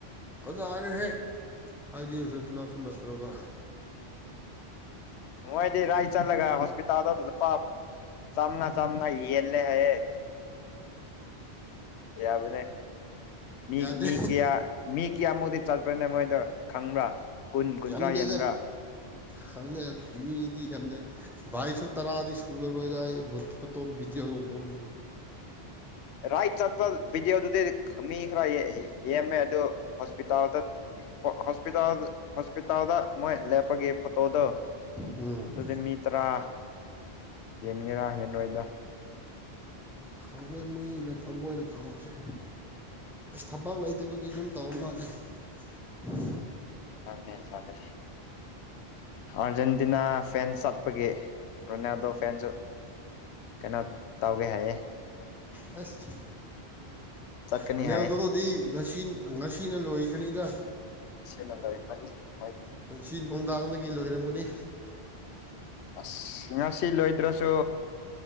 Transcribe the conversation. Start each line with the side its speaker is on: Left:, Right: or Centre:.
Centre: ꯀꯗꯥ ꯑꯅꯤ ꯍꯥꯏ ꯑꯗꯤꯁ ꯏꯇꯅ ꯁꯅꯠꯇ꯭ꯔꯒ <inaudible>
Left: ꯃꯣꯏꯗꯤ ꯔꯥꯏ ꯆꯠꯂꯒ ꯍꯣꯁꯄꯤꯇꯥꯜꯗ ꯂꯨꯄꯥ ꯆꯥꯝꯃꯉꯥ ꯆꯥꯝꯃꯉꯥ ꯌꯦꯜꯂꯦ ꯍꯥꯏꯌꯦ ꯌꯥꯕꯅꯦ ꯃꯤ
Centre: ꯌꯥꯗꯦ
Left: ꯃꯤ ꯀꯌꯥ ꯃꯤ ꯀꯤꯌꯥꯃꯨꯛꯗꯤ ꯆꯠꯄ꯭ꯔꯅꯦ ꯃꯣꯏꯗꯨ ꯈꯪꯕ꯭ꯔꯥ ꯀꯨꯟ ꯀꯨꯟꯊ꯭ꯔꯥ
Centre: ꯌꯥꯝꯗꯦꯗ
Left: ꯍꯦꯟꯕ꯭ꯔꯥ
Centre: ꯈꯪꯅꯩ ꯑꯗꯨ ꯃꯤꯗꯤ ꯌꯥꯝꯗꯦ <inaudible> ꯚꯥꯏꯁꯨ ꯇꯔꯥꯗꯤ ꯁꯨꯨꯔꯔꯣꯏꯗ ꯑꯩ ꯚꯨꯠ ꯐꯣꯠꯇꯣ ꯕꯤꯗꯤꯑꯣ ꯎꯕ ꯃꯇꯝꯗ
Left: ꯔꯥꯏꯠ ꯆꯠꯄ ꯕꯤꯗꯤꯑꯣꯗꯨꯗꯤ ꯑꯈ ꯃꯤ ꯈꯔ ꯌꯦ ꯌꯦꯝꯃꯦ ꯑꯗꯨ ꯍꯣꯁꯄꯤꯇꯥꯜꯗ ꯍꯣ ꯍꯣꯁꯄꯤꯇꯥꯜ ꯍꯣꯁꯄꯤꯇꯥꯜꯗ ꯃꯣꯏ ꯂꯦꯞꯄꯒꯤ ꯐꯣꯇꯣꯗꯣ
Centre: ꯎꯝ
Left: ꯑꯗꯨꯗꯤ ꯃꯤ ꯇꯔꯥ ꯌꯦꯟꯒꯦꯔꯥ ꯌꯦꯦꯟꯔꯣꯏꯗ꯭ꯔ
Centre: ꯈꯪꯉꯦ ꯃꯏꯅ ꯃꯣꯏꯅ ꯇꯧꯕꯁꯦ ꯑꯦꯁ ꯊꯕꯛ ꯂꯩꯇꯕꯒꯤ <inaudible> ꯏꯗꯨꯝ ꯇꯧꯕ ꯃꯥꯜꯂꯦ ꯍꯨ
Left: ꯆꯅꯤ ꯆꯅꯤ <inaudible> ꯑꯔꯖꯦꯟꯇꯤꯅꯥ ꯐꯦꯟ ꯆꯠꯄꯒꯤ ꯔꯣꯅꯥꯜꯗꯣ ꯐꯦꯟꯁꯨ ꯀꯩꯅꯣ ꯇꯧꯒꯦ ꯍꯥꯏꯌꯦ
Centre: ꯑꯁ
Left: ꯆꯠꯀꯅꯤ
Centre: ꯔꯣꯅꯦꯜꯗꯣꯗꯤ
Left: ꯍꯥꯏꯌꯦ
Centre: ꯉꯁꯤ ꯉꯁꯤꯅ ꯂꯣꯏꯈ꯭ꯔꯅꯤꯗ
Left: ꯃꯁꯦꯜꯅ ꯂꯥꯏꯔꯤ ꯀꯟꯁ ꯄꯥꯏꯗꯦ
Centre: ꯄꯨꯟꯁꯤ ꯅꯨꯡꯗꯥꯡꯗꯒꯤ ꯂꯣꯏꯔꯝꯒꯅꯤ
Left: ꯑꯁ ꯉꯁꯤ ꯂꯣꯏꯗ꯭ꯔꯁꯨ